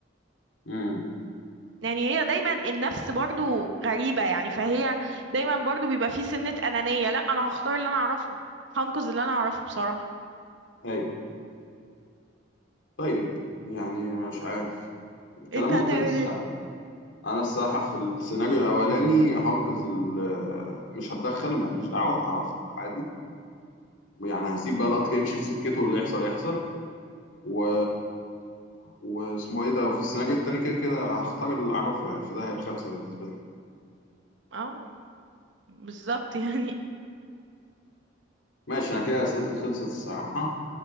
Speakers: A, on the left; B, on the right.
A: امم
B: يعني هي دايما النفس برضو غريبة يعني فهي دايما برضو بيبقى في سنة أنانية لا أنا هختار اللي أنا أعرفه هنقذ اللي أنا أعرفه بصراحة
A: ايوه طيب يعني مش عارف
B: انت
A: كلام
B: هتعمل
A: منطقي الصراحه
B: ايه
A: انا الصراحه في السيناريو الاولاني هنقذ ال- مش هتدخل ماليش دعوه هقف عادي يعني هسيب بقى القطر يمشي في سكته واللي يحصل يحصل و واسمه ايه ده وفي السيناريو التاني كده كده هختار اللي اعرفه يعني في داهية الخمسة بالنسبة لي
B: اه بالظبط يعني
A: ماشي انا كده اسئلتي خلصت الصراحة